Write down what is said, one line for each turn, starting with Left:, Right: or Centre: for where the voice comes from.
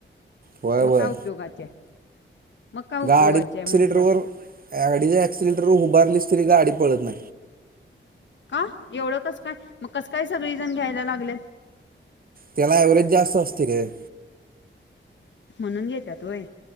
Right: होय होय
Left: म काय उपयोगाचे, मग काय उपयोगाचे
Right: गाडी एक्सिलेटर
Left: आहे म्हणलं
Right: वाडी गाडीच्या, एक्सिलेटर व उभारली तरी गाडी पळणा,
Left: का एवढं कस काय मग कस काय, सगळी जण घ्यायला लागल्यात.
Right: त्याला एव्हरेज जास्त असतय ग,
Left: म्हणून घ्याच्या व्य,